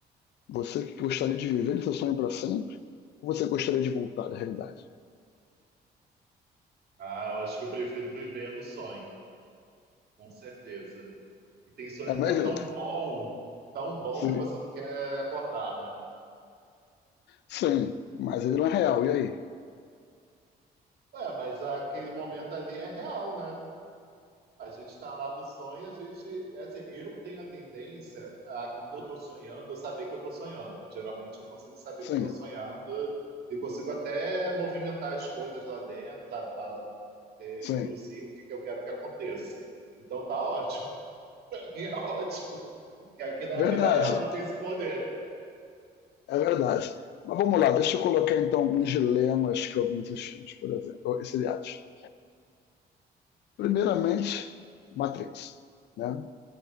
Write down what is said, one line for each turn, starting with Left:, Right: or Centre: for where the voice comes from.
Left: Você que gostaria de viver esse sonho para sempre? Ou você gostaria de voltar à realidade?
Right: Ah, eu acho que eu prefiro viver no sonho, com certeza. E tem sonho
Left: É
Right: que
Left: mesmo?
Right: tá tão bom, tão bom
Left: Sim.
Right: que você não quer acordar, né?
Left: Sim, mas ele não é real, e aí?
Right: É, mas aquele momento ali é real, né? A gente está lá do sonho, a gente. É assim, eu tenho a tendência a, quando eu estou sonhando, eu saber que eu estou sonhando. Geralmente eu consigo saber
Left: Sim,
Right: que eu estou sonhando e consigo até movimentar as coisas lá dentro, sabe? Fala- é,
Left: sim.
Right: induzir o que, que eu quero que aconteça. Então tá ótimo, <laughs> pra mim é ótimo. Que aqui na
Left: Verdade,
Right: vida real não tem esse poder.
Left: é verdade. Mas vamos lá, deixa eu colocar então alguns dilemas que eu vi nesses filmes, por exemplo, esses seriados. Primeiramente, Matrix. Né?